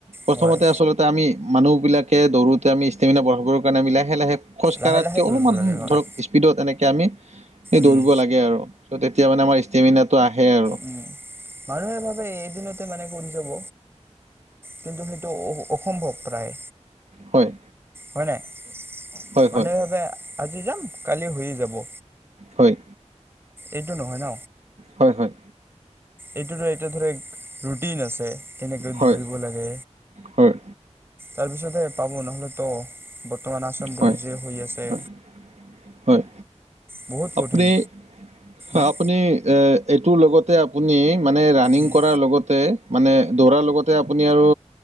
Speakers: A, on the right; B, on the right.
A: প্ৰথমতে
B: হয়
A: আচলতে আমি মানুহবিলাকে দৌোতে আমি ষ্টেমিনা বঢ়াবৰ কাৰণে আমি লাহে, লাহে খোজকাঢ়াতকে
B: লাহে লাহে
A: অলপমান
B: দৌৰিব লাগে হয়
A: ধৰক স্পীডত এনেকে আমি
B: উম
A: দৌৰিব লাগে আৰু। ত' তেতিয়া মানে আমাৰ ষ্টেমিনাটো আহে আৰু।
B: উম, মানুহে ভাবে এদিনতে মানে কৰি যাব। কিন্তু সেইটো অ-অসম্ভৱ প্ৰায়।
A: হয়
B: হয় নাই,
A: হয়
B: মানুহ
A: হয়
B: ভাবে আজি যাম, কালি হৈয়ে যাব।
A: হয়।
B: এইটো নহয় ন!
A: হয়, হয়।
B: এইটোত ধৰ এতিয়া ধৰা ৰুটিন আছে, কেনেকৈ
A: হয়
B: দৌৰিব লাগে!
A: হয়
B: তাৰপিছতে পাব, নহ'লেতো বৰ্তমান আছাম
A: হয়
B: পুলিছ যে হৈ আছে
A: হয় হয়,
B: বহুত
A: আপনি
B: কঠিন
A: হয়,
B: উম,
A: আপুনি এ এইটোৰ লগতে আপুনি মানে ৰানিং
B: উম,
A: কৰাৰ লগতে মানে দৌৰাৰ লগতে আপুনি আৰু